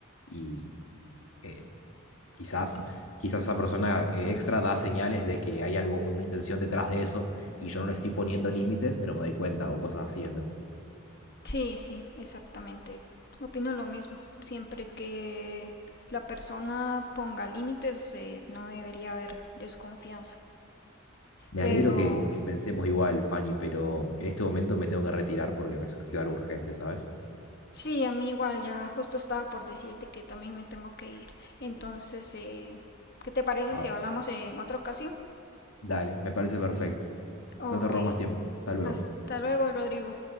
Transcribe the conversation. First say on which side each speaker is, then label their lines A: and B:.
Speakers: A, on the left; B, on the left.
A: y eh, Quizás, quizás esa persona eh, extra da señales de que hay algo, una intención detrás de eso y yo no le estoy poniendo límites, pero me doy cuenta o cosas así, ¿entendés?
B: Sí, sí, exactamente. Opino lo mismo. Siempre que la persona ponga límites, eh, no debería haber desconfianza.
A: Me
B: Pero
A: alegro que, que pensemos igual, Fanny, pero en este momento me tengo que retirar porque me surgió algo urgente, ¿sabes?
B: sí, a mí igual ya justo estaba por decirte que también me tengo que ir. Entonces, eh, ¿qué te parece
A: Ah,
B: si hablamos en otra ocasión?
A: dale, me parece perfecto.
B: Ok,
A: No te robo más tiempo. Hasta luego.
B: Hasta luego, Rodrigo.